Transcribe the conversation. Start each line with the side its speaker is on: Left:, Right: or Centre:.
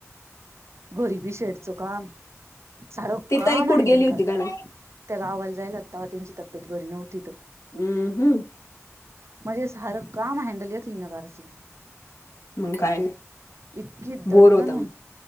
Right: घरीबी शेडचं काम सार
Left: ती
Right: काम
Left: ताई कुठं
Right: हंडल
Left: गेली होती
Right: कर
Left: काय माहित
Right: त्या गावाला जायेल होत्या तवा त्यांची तब्येत बरी नव्हती त
Left: हम्म हम्म.
Right: म्हणजे सारं काम हँडल येकली न करायचं
Left: मग काय
Right: इतकी
Left: बोर
Right: दनदनहुन
Left: होतं